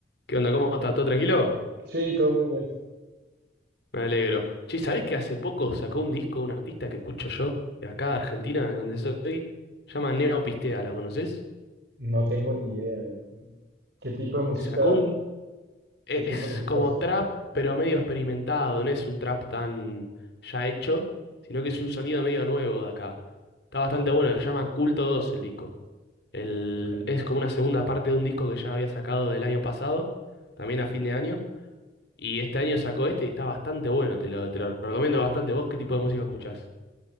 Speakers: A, on the left; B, on the right.
A: ¿Qué onda? ¿Cómo
B: Bueno,
A: estás? ¿Todo tranquilo?
B: sí, todo muy bien.
A: Me alegro. Che, ¿sabés que hace poco sacó un disco un artista que escucho yo, de acá de Argentina, de donde soy? Se llama Neo Pistea, ¿lo conoces?
B: No tengo ni idea de cómo- qué tipo de música,
A: Sacó un... Es
B: qué tipo de música
A: como
B: es.
A: trap, pero medio experimentado, no es un trap tan ya hecho, sino que es un sonido medio nuevo de acá. Está bastante bueno, se llama Culto 2 el disco. El...
B: Ok,
A: Es como una segunda parte de un disco que ya había sacado del año pasado, también a fin de año. Y este año sacó este y está bastante bueno, te lo, te lo recomiendo bastante. ¿Vos qué tipo de música escuchás?